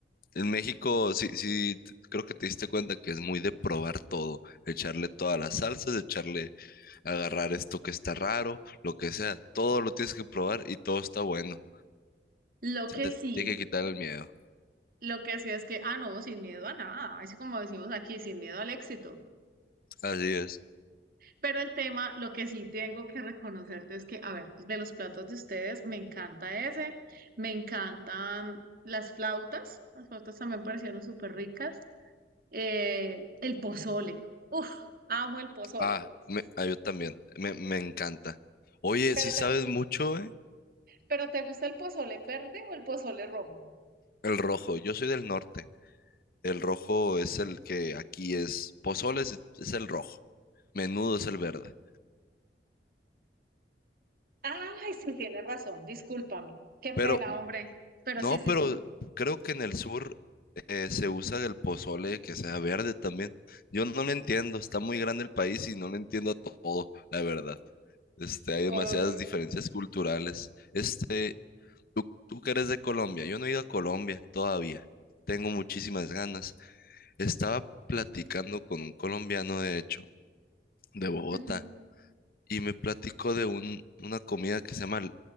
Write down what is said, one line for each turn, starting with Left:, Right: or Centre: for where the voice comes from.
Left: En México, sí, sí, t- creo que te diste cuenta que es muy de probar todo, echarle todas las salsas, echarle, agarrar esto que está raro, lo que sea, todo lo tienes que probar y todo está bueno.
Right: Lo
Left: Se
Right: que
Left: te
Right: sí,
Left: tiene que quitar el miedo.
Right: lo que sí es que, ah, no, sin miedo a nada, así como decimos aquí, sin miedo al éxito.
Left: Así es.
Right: Pero el tema, lo que sí tengo que reconocerte es que, a ver, de los platos de ustedes, me encanta ese, me encantan las flautas, las flautas también parecieron súper ricas, eh, el pozole, uff, amo el pozole,
Left: Ah, me- ah, yo también, me, me encanta. Oye,
Right: pero
Left: sí sabes
Right: te,
Left: mucho, ¿eh?
Right: pero ¿te gusta el pozole verde o el pozole rojo?
Left: El rojo, yo soy del norte. El rojo es el que aquí es, pozole es es el rojo, menudo es el verde.
Right: Ay, sí, tienes razón, discúlpame, qué pena,
Left: Pero
Right: hombre, pero
Left: No,
Right: sí, sí,
Left: pero
Right: sí.
Left: creo que en el sur eh, se usa el pozole que sea verde también. Yo no lo entiendo, está muy grande el país y no lo entiendo a todo, la verdad. Este, hay
Right: Ok.
Left: demasiadas diferencias culturales. Este, tú, tú que eres de Colombia, yo no he ido a Colombia todavía. Tengo muchísimas ganas. Estaba platicando con un colombiano, de hecho, de Bogotá,
Right: Ujú.
Left: y me platicó de un, una comida que se llama